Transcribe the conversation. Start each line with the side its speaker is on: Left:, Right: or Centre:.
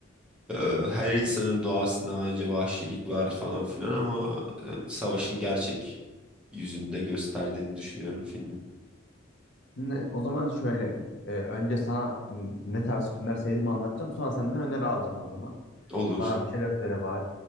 Centre: Ee, her insanın doğasında bence vahşilik var falan filan ama yani savaşın gerçek yüzünde gösterdiğini düşünüyorum filmin.
Left: Ne- o zaman şöyle e, önce sana n- ne tarz filmler sevdiğimi anlatacağım. Sonra senden öneri alacağım o zaman.
Centre: Olur.
Left: Bana bir şeyler söyle bari.